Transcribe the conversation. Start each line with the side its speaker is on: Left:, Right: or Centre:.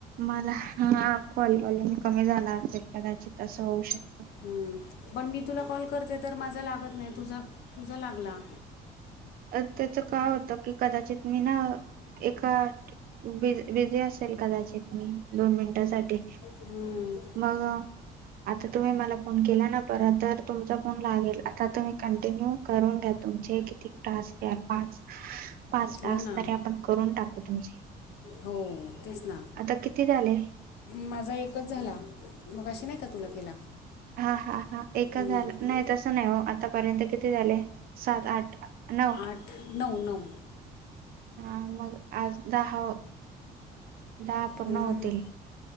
Right: मला हा कॉल मी कमी झाला असेल, कदाचित तस होऊ शक
Left: हम्म. पण मी तुला कॉल करते तर माझा लागत नाही तुझा, तुझा लागला.
Right: अ त्याच काय होतं की कदाचित मी ना, एका बि बिझी असेल कदाचित मी दोन मिनटांसाठी
Left: हम्म.
Right: मग आता तुम्ही मला फोन केला ना, परत तर तुमचा फोन लागेल, आता तुम्ही कंटिन्यू करून घ्या तुम चे <unintelligible> टास्क या पाच, पाच
Left: हो
Right: टास्क
Left: ना
Right: तरी आपण करून टाकू तुमचे
Left: हो तेच ना,
Right: आता किती झाले
Left: माझा एकच झाला. मग अशी नाही का तुला केला.
Right: हा हा हा एकच
Left: हम्म.
Right: झालं, नाही तसं नाही हो आतापर्यंत किती झाले. सात, आठ, नऊ,
Left: आठ नऊ, नऊ,
Right: हा मग आज दहा, दहा, पूर्ण
Left: हम्म.
Right: होतील.